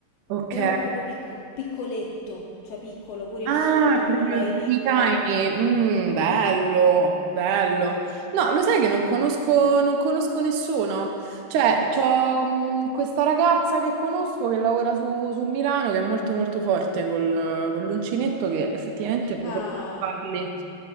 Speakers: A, on the right (about 85°); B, on the left (about 80°).
A: Ok.
B: però proprio picco- piccoletto, cioè piccolo, pure
A: Ah,
B: il sotto lo
A: proprio
B: vorrei
A: tutti
B: piccolo.
A: i timing. Mm, bello, bello. No, lo sai che non conosco, non conosco nessuno. Cioè, c'ho mm, questa ragazza che conosco che lavora su, su Milano che è molto molto forte col- con l'uncinetto che effettivamente potrebbe
B: Ah,
A: farli.